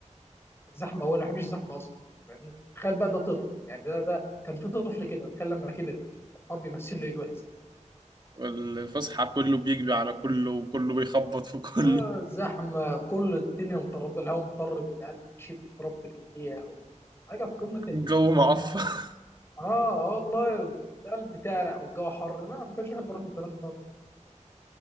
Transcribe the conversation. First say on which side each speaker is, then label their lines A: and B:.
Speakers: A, on the left; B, on the right.
A: زحمه هو أنا ما بحبش الزحمه اصلا يعني تخيل بقى ده طفل يعني ده ده كان في طفل كده تخيل لما كبر الحر بيمثل له الوقت
B: الفسحة كله بيجري على كله وكله بيخبط في كله
A: آه زحمه كل الدنيا مضطربه الهواء مضطرب القلب يشيل تراب برجليها حاجه في قمه ال-
B: الجو معفن <laughs>
A: اه آه والله القلب تعرق والجو حر لا ما كنتش بحب اروح المدرسه خالص